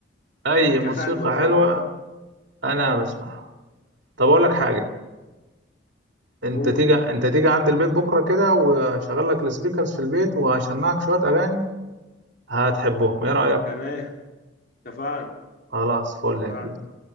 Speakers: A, on the right; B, on the left.
A: اي
B: إيه، كفن
A: موسيقى
B: وخلاص
A: حلوه انا بسمعها طب اقول لك حاجه انت
B: أوه
A: تيجي انت تيجي عند البيت بكره كده واشغل لك السبيكرز في البيت وهشمعك شويه اغاني هتحبهم ايه رايك
B: تمام كفن
A: خلاص فل
B: كفن
A: يا كبير